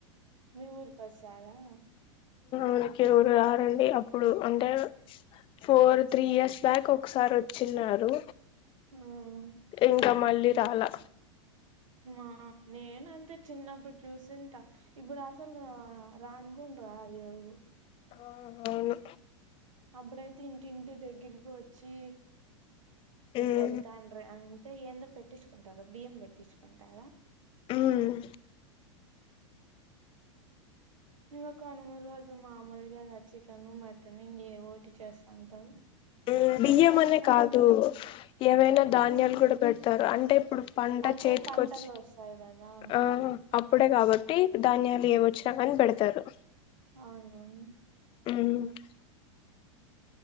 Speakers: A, on the right; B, on the left.
A: మీ ఊరు బస్- రారా
B: మనకేవరు రారండి అప్పుడు అంటే ఫోర్ త్రీ ఇయర్స్ బ్యాక్ ఒకసారి వచ్చిన్నారు
A: హమ్
B: ఇంకా మళ్ళీ రాలె
A: మా నేనంతే చిన్నప్పుడు చూస్తుంట ఇప్పుడు అసలు రాను కూడా రారు ఎవరూ
B: ఆ అవును
A: అప్పుడైతే ఇంటింటి దగ్గరికి వచ్చి
B: ఉమ్
A: వెళ్తాండ్రా అం అంటె ఏందో పెట్టించుకుంటారు బియ్యం పెట్టి పెట్టించుకుంటారా
B: ఉమ్
A: ఇంకో కనుమ రోజు మామూలుగా ఇల చికెన్ మటన్ ఇంక ఎదొటి చేస్తాంటారు
B: ఇగ బియ్యం
A: తింటా
B: అనే
A: అంటారు
B: కాదు ఏవైనా ధాన్యాలు
A: ఉమ్,
B: కూడా పెట్ తారు అంటే ఇప్పుడు పంట
A: అంటే
B: చేతికచ్చి
A: పంటలు వస్తాయి కదా
B: ఆ అప్పుడే కాబట్టి ధాన్యాలు ఏవి వచ్చినా కాని పెడతారు
A: అవును
B: మ్మ్